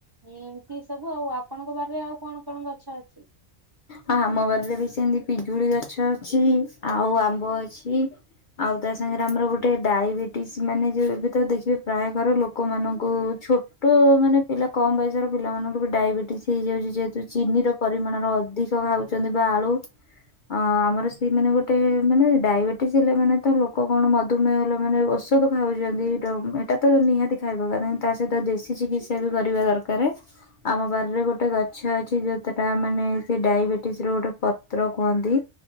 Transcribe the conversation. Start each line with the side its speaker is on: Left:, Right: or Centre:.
Right: ଏମତି ସବୁ ଆଉ ଆପଣଙ୍କ ବାରରେ ଆଉ କଣ କଣ ଗଛ ଅଛି।
Left: ହ ଆମ ବାଲିରେ ବି ସେମିତି ପିଜୁଳି ଗଛ ଅଛି ଆଉ ଆମ୍ବ ଅଛି। ଆଉ ତା ସାଙ୍ଗରେ ଆମର ଗୋଟେ ଡାଇବେଟିସ୍ ମାନେ ଯୋଉ ଏବେ ଦେଖିବେ ପ୍ରାୟ ଘର ଲୋକମାନଙ୍କୁ ଛୋଟ ମାନେ ପିଲା କମ ବୟସର ପିଲାମାନଙ୍କୁ ବି ଡାଇବେ ହେଇଯାଉଛି ଯେହେତୁ ଚିନି ର ପରିମାଣର ଅଧିକ ଖାଉଛନ୍ତି ବା ଆଳୁ। ଅ ଆମର ସେଇମାନେ ଗୋଟେ ମାନେ ଡାଇବେଟିସ୍ ହେଲେ ମାନେ ତ ଲୋକ କଣ ମଧୁମେହ ହେଲେ ମାନେ ଦ ଖାଉଛନ୍ତି ଏଇଟା ତ ନିହାତି ଖାଇବା ତା ସହିତ ଦେଶୀ ଚିକିତ୍ସା ବି କରିବା ଦରକାର। ଆମ ବାରରେ ଗୋଟେ ଗଛ ଅଛି ଯୋଉତଟା ମାନେ ସେ ଡାଇବେଟିସ ର ଗୋଟେ ପତ୍ର କୁହନ୍ତି।